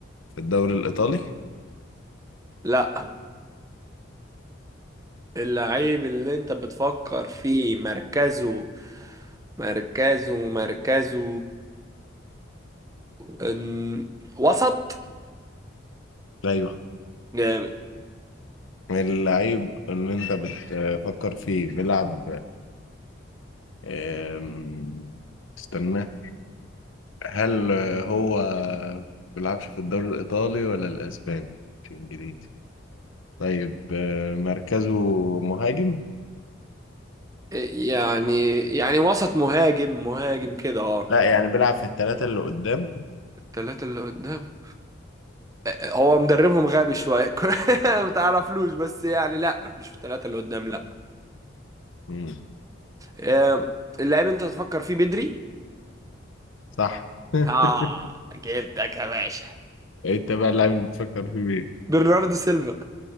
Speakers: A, on the left; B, on the right.
A: في الدوري الايطالي
B: لا اللعيب اللي انت بتفكر فيه مركزه مركزه مركزه ان وسط
A: ايوه
B: جامد
A: اللعيب اللي انت بتفكر فيه بيلعب آم، استنى هل هو ما بيلعبش في الدوري الإيطالي ولا الأسباني؟ مش إنجليزي طيب آه، مركزه مهاجم؟
B: يعني يعني وسط مهاجم مهاجم كده اه
A: لا يعني بيلعب في الثلاثة اللي قدام
B: التلاتة اللي قدام هو مدربهم غبي شوية <laughs> ما تعرفلوش بس يعني لا لا، مش في التلاتة اللي قدام لا
A: مم.
B: آه، اللعيب انت تفكر فيه بدري
A: صح <laughs>
B: اه جبتك يا باشا
A: انت بقى اللاعب اللي بتفكر فيه مين؟
B: برناردو سيلفا